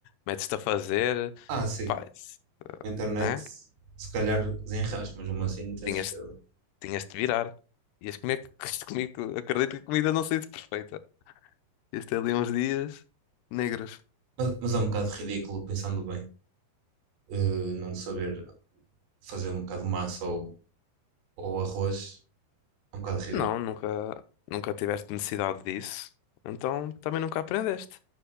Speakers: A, on the left (about 80°); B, on the right (about 80°).
A: metes-te a fazer,
B: Ah, sim,
A: faz,
B: a internet
A: né?
B: se calhar desenrasca, mas mesmo assim não tenho
A: Tinhas,
B: certeza.
A: tinhas de virar. Ias comer, <laughs> comigo, acredito que a comida não seja perfeita. Ias ter ali uns dias negros.
B: Mas, mas é um bocado ridículo, pensando bem, eh, não saber fazer um bocado de massa ou, ou arroz, é um bocado ridículo.
A: Não, nunca, nunca tiveste necessidade disso. Então também nunca aprendeste,